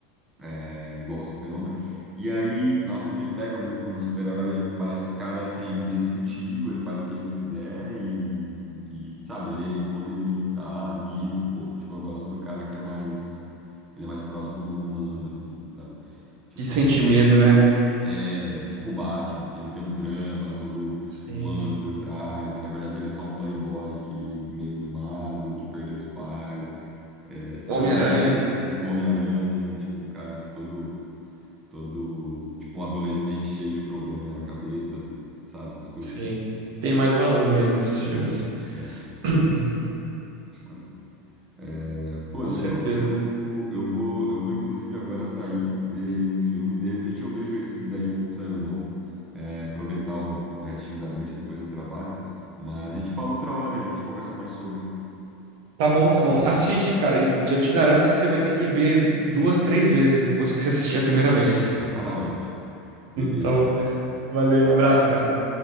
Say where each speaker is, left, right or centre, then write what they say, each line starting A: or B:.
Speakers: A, on the right; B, on the right.
A: é, igual ao Super-Homem. E aí, nossa, me pega muito quando o super-herói parece que o cara é assim indestrutível, ele faz o que ele quiser e, e sabe, ele é poder ilimitado, me irrita um pouco. Tipo, eu gosto do cara que é mais ele é mais próximo do humano assim, sabe? Tipo,
B: Que sente medo, né?
A: é tipo o Batman, assim, ele tem um drama todo
B: Sim.
A: humano por trás, e na verdade ele é só um playboy que meio mimado, que perdeu os pais, é, sabe?
B: Homem-Aranha.
A: Umas coisas assim. Homem-Aranha, tipo, um cara todo, todo, tipo, um adolescente cheio de problema na cabeça, sabe? Umas coisas
B: Sim.
A: assim.
B: Tem mais valor mesmo esses filmes.
A: É, eu acho,
B: <clears throat>
A: mano, eu acho maneiro. É, Pô,
B: Com
A: Daniel,
B: certeza.
A: eu, eu vou, eu vou inclusive agora sair, ver aí um filme. De repente eu vejo esse do Deadpool que saiu novo. É, aproveitar o, o restinho da noite depois do trabalho. Mas a gente fala outra hora, a gente conversa mais sobre.
B: Tá bom, tá bom. Assiste, cara, e já te garanto que você vai ter que ver duas, três vezes depois que você assistir a primeira vez.
A: <laughs> Ah, ótimo. Beleza,
B: Tá bom.
A: então.
B: Valeu,
A: Ótimo.
B: um abraço, cara.